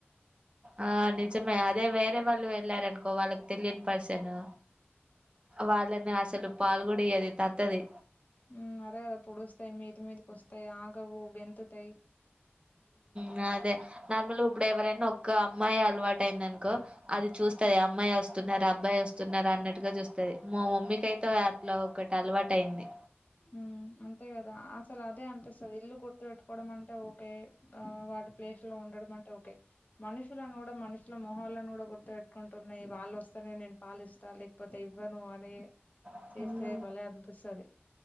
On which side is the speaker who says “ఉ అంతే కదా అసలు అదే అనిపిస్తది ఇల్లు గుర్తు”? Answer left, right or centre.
Left